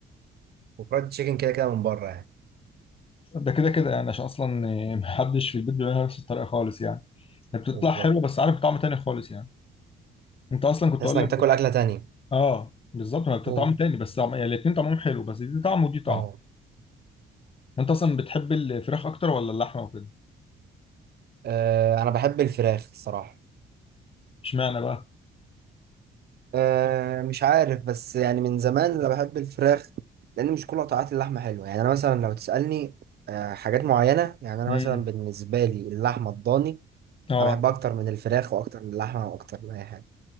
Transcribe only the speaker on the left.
ده كده كده يعني عشان اصلا آه، محدش في البيت بيعملها نفس الطريقه خالص يعني هي بتطلع
حلوه بس عارف طعم تاني خالص يعني انت اصلا كنت
اقول
لك
اه بالظبط هي بتطعم
تاني بس طعم يعني الاتنين طعمهم حلو بس دي طعم ودي طعم
انت اصلا بتحب الفراخ اكتر ولا اللحمه وكده
اشمعنى بقى
مم.
اه